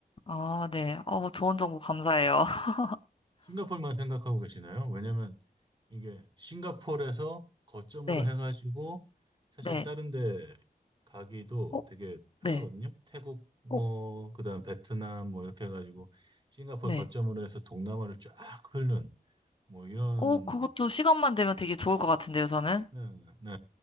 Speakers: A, on the left (about 30°); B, on the right (about 30°).
A: 아, 네. 어, 좋은 정보 감사해요. <laughs>
B: 싱가포르만 생각하고 계시나요? 왜냐면 이게 싱가포르에서 거점으로
A: 네,
B: 해가지고 사실
A: 네.
B: 다른 데 가기도
A: 어,
B: 되게 편하거든요.
A: 네.
B: 태국 뭐
A: 어,
B: 그다음 베트남 뭐 이렇게 해가지고 싱가포르
A: 네.
B: 거점으로 해서 동남아를 쫙 흐르는 뭐 이런
A: 어, 그것도 시간만 되면 되게 좋을 것 같은데요, 저는.
B: 네, 네.